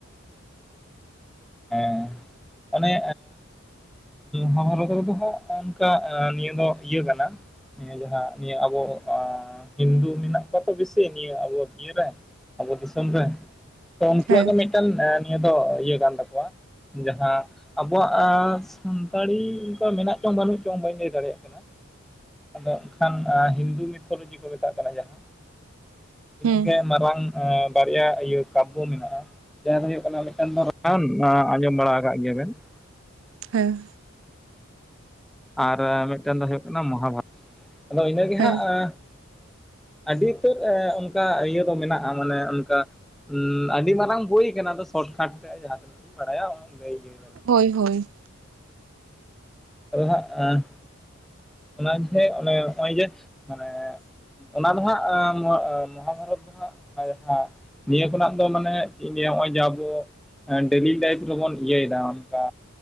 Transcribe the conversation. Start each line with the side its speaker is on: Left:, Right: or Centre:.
Centre: ᱦᱮᱸ ᱾ ᱚᱱᱮ ᱵᱷᱟᱨᱚᱛ ᱨᱮᱫᱚ ᱦᱟᱸᱜ ᱚᱱᱠᱟ ᱱᱤᱭᱟᱹ ᱫᱚ ᱤᱭᱟᱹ ᱠᱟᱱᱟ ᱾ ᱱᱤᱭᱟᱹ ᱡᱟᱦᱟᱸ ᱱᱤᱭᱟᱹ ᱟᱵᱚ ᱦᱤᱱᱫᱩ ᱢᱮᱱᱟᱜ ᱠᱚᱣᱟ ᱛᱚ ᱵᱮᱥᱤ ᱱᱤᱭᱟᱹ ᱟᱵᱚ ᱤᱭᱮ ᱨᱮ ᱾ ᱟᱵᱚ ᱫᱤᱥᱚᱢ ᱨᱮ ᱛᱚ ᱩᱱᱠᱩᱣᱟᱜ
Right: ᱦᱮᱸ
Centre: ᱜᱮ ᱢᱤᱫᱴᱟᱝ ᱱᱤᱭᱟᱹ ᱫᱚ ᱤᱭᱟᱹ ᱠᱟᱱ ᱛᱟᱠᱚᱣᱟ ᱡᱟᱦᱟᱸ ᱟᱵᱚᱣᱟᱜ ᱥᱟᱱᱛᱟᱲᱤ ᱚᱱᱠᱟ ᱢᱮᱱᱟᱜ ᱪᱚᱝ ᱵᱟᱹᱱᱩᱜ ᱪᱚᱝ ᱵᱟᱹᱧ ᱞᱟᱹᱭ ᱫᱟᱲᱮᱭᱟᱜ ᱠᱟᱱᱟ ᱾ ᱟᱫᱚ ᱮᱱᱠᱷᱟᱱ ᱦᱤᱱᱫᱩ ᱢᱤᱛᱷᱳᱞᱚᱡᱤ ᱠᱚ ᱢᱮᱛᱟᱜ ᱠᱟᱱᱟ, ᱡᱟᱦᱟᱸ ᱤᱱᱟᱹᱜᱮ
Right: ᱦᱩᱸ
Centre: ᱢᱟᱨᱟᱝ ᱵᱟᱨᱭᱟ ᱤᱭᱟᱹ ᱠᱟᱵᱟᱵ ᱢᱮᱱᱟᱜᱼᱟ, ᱡᱟᱦᱟᱸ ᱫᱚ ᱦᱩᱭᱩᱜ ᱠᱟᱱᱟ ᱢᱤᱫᱴᱟᱝ ᱫᱚ ᱨᱟᱢᱟᱭᱚᱱ ᱟᱸᱡᱚᱢ ᱵᱟᱲᱟ ᱠᱟᱜ ᱜᱮᱭᱟ ᱵᱮᱱ ᱾
Right: ᱦᱮᱸ ᱾
Centre: ᱟᱨ ᱢᱤᱫᱴᱮᱱ ᱫᱚ ᱦᱩᱭᱩᱜ ᱠᱟᱱᱟ ᱢᱚᱦᱟᱵᱟᱨᱚᱛ ᱟᱫᱚ ᱤᱱᱟ ᱜᱮ
Right: ᱦᱮᱸ
Centre: ᱦᱟᱸᱜ ᱾ ᱟᱹᱰᱤ ᱩᱛᱟᱹᱨ ᱚᱱᱠᱟ ᱤᱭᱟᱹ ᱫᱚ ᱢᱮᱱᱟᱜᱼᱟ, ᱢᱟᱱᱮ ᱚᱱᱠᱟ ᱟᱹᱰᱤ ᱢᱟᱨᱟᱝ ᱵᱳᱭ ᱠᱟᱱᱟ, ᱟᱫᱚ ᱥᱚᱴᱠᱟᱴ ᱛᱮ ᱡᱟᱦᱟᱸ ᱛᱤᱱᱟᱹᱜ ᱞᱤᱧ ᱵᱟᱲᱟᱭᱟ ᱩᱱ ᱞᱟᱹᱭ ᱦᱩᱭᱮᱱᱟ ᱾
Right: ᱦᱳᱭ, ᱦᱳᱭ ᱾
Centre: ᱟᱫᱚ ᱦᱟᱸᱜ ᱚᱱᱟ ᱡᱮ ᱚᱱᱮ ᱱᱚᱜᱼᱚᱭ ᱡᱮ ᱢᱟᱱᱮ ᱚᱱᱟ ᱫᱚ ᱦᱟᱸᱜ ᱟᱸ ᱢᱟᱦᱟᱵᱟᱨᱚᱛ ᱫᱚ ᱦᱟᱸᱜ ᱚᱱᱟᱜᱮ ᱦᱮᱸ ᱾ ᱱᱤᱭᱟᱹ ᱠᱷᱚᱱᱟᱜ ᱫᱚ ᱢᱟᱱᱮ ᱪᱮᱜ ᱤᱧ ᱞᱮᱭᱟ ᱚᱭ ᱡᱮ ᱟᱵᱚ ᱾ ᱰᱮᱞᱤ ᱞᱟᱭᱤᱯᱷ ᱨᱮᱵᱚᱱ ᱤᱭᱟᱹᱭ ᱫᱟ ᱚᱱᱠᱟ